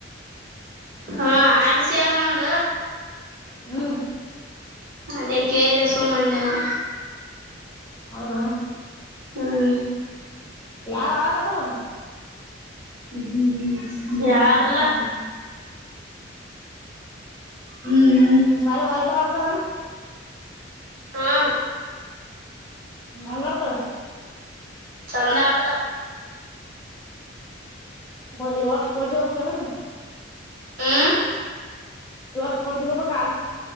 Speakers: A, on the right; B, on the left.
A: ಹಾ ಆಡ್ಸೆ ಅದ ನಂದ.
B: ಹ್ಮ್
A: ಅದೇ ಕೇಳಿದೆ ಸುಮ್ಮ ಅನ್ನಿ ನಾ.
B: ಹೌದ.
A: ಹ್ಮ್.
B: ಯಾರ ಅಲ್ಲಾಕತ್ತರು.
A: ಹ್ಮ್ ಯಾರಲ್ಲ. ಹ್ಮ್
B: ನೀನ್ ಶಾಲಿಯಾಗ್ ವಾಲಿಬಾಲ್ ಆಡ್ತಾರ ಏನ್.
A: ಹಾ
B: ಹೆಂಗ ಆಡ್ತವೇ.
A: ಚಂದ ಆಡ್ತಾವ್
B: ಹ ಈ ವರ್ಷ ಸ್ಪೋರ್ಟ್ಸ್ ಹೋಗಬೇಕು ಏನ.
A: ಹಾ
B: ಈ ವರ್ಷ ಸ್ಪೋರ್ಟ್ಸಗ ಹೋಗ್ಬೇಕು. ಕ್ಕ.